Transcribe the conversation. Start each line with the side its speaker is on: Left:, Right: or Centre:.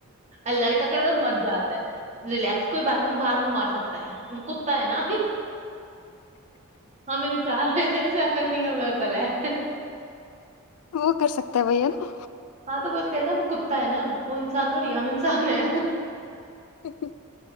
Right: ال لڑک ک تو مججہ آتے ہے ریلیکس کوئی بات نہیں باہر منہ مار سکتا ہے وہ کتا ہے نا ہم انسان ہے اس اکل نہیں ہو اکل ہے
Left: وہ کر سکتا ہے بھیا نا
Right: ہاں تو وہ تو کہ ن وہ کتا ہے نا وہ انسان تھوڑی آم انسان ہے
Left: <unintelligible>